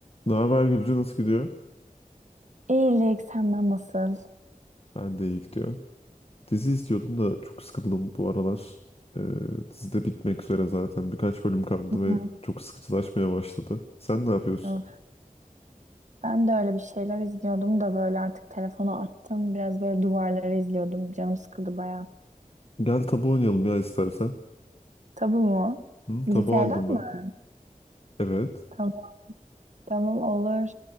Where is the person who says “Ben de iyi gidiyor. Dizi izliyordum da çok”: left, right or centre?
Left